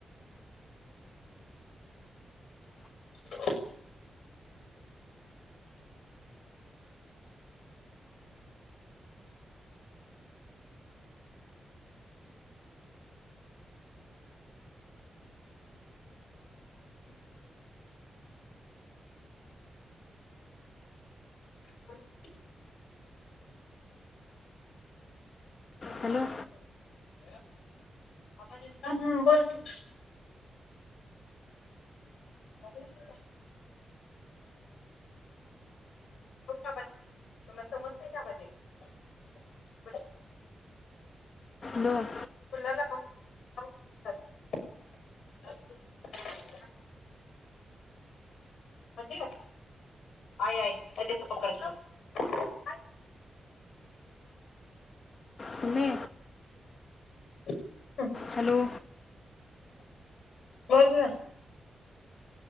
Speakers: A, on the left; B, on the left.
A: <unintelligible> <unintelligible> <unintelligible>
B: हॅलो
A: <inaudible> हम्म बोल की. <unintelligible> <unintelligible> समजत त्यामध्ये. <unintelligible>
B: दोन.
A: <unintelligible> <unintelligible>
B: सुनले
A: <unintelligible>
B: हॅलो.
A: बर गं